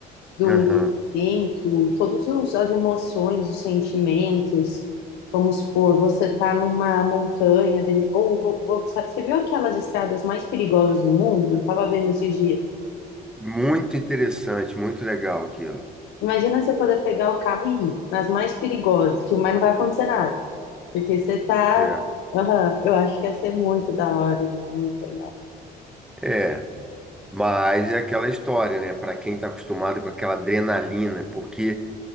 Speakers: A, on the left; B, in the centre.
A: do
B: aham.
A: momento, todas as emoções, os sentimentos. Vamos supor, você está numa montanha, de- re- ou vo- vo- sabe, você viu aquelas estradas mais perigosas do mundo? Eu estava vendo esses dias.
B: Muito interessante, muito legal aquilo.
A: Imagina você poder pegar o carro e ir nas mais perigosas, tipo, mas não vai acontecer nada, porque você está.
B: Certo.
A: Aham, eu acho que ia ser muito da hora, meu, muito legal.
B: É. Mas é aquela história, né? Para quem está acostumado com aquela adrenalina, porque